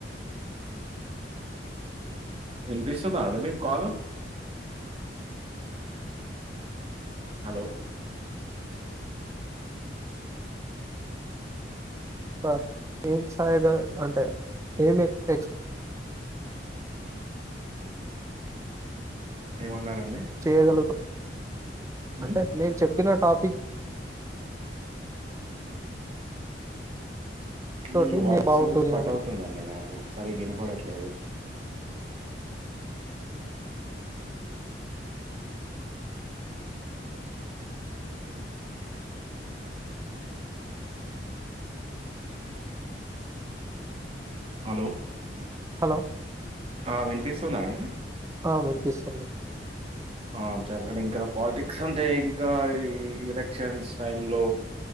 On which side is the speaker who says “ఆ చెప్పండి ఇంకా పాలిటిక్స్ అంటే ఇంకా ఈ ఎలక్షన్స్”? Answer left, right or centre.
Right